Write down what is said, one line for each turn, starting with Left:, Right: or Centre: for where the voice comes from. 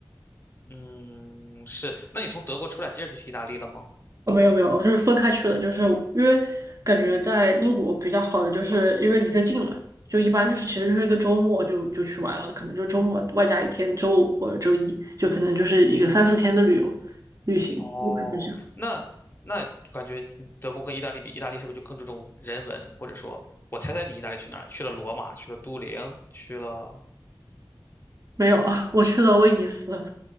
Left: 嗯，是。那你从德国出来，接着就去意大利了吗？
Right: 哦，没有没有，我就是分开去的，就是因为感觉在英国比较好的，就是因为离得近嘛，就一般就是其实就是一个周末就就去玩了，可能就周末外加一天周五或者周一，就可能就是一个三四天的旅游旅行，
Left: 哦，
Right: 一般就是
Left: 那那感觉你德国跟意大利比，意大利是不是就更注重人文？或者说，我猜猜你意大利去哪儿？去了罗马，去了都灵，去了
Right: 没有啊，<laughs> 我去了威尼斯。